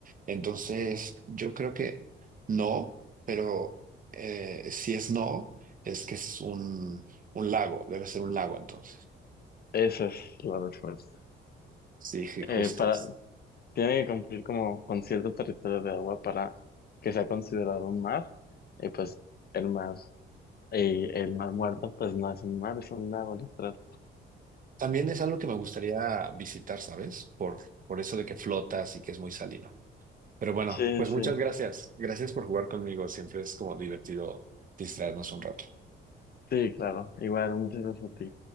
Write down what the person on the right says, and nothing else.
Entonces, yo creo que no, pero eh, si es no, es que es un, un lago. Debe ser un lago entonces.
Sí, sí, justo.
También es algo que me gustaría visitar, ¿sabes? Por, por eso de que flotas y que es muy salino. Pero bueno,
pues
muchas gracias. Gracias por jugar conmigo. Siempre es como divertido distraernos un rato.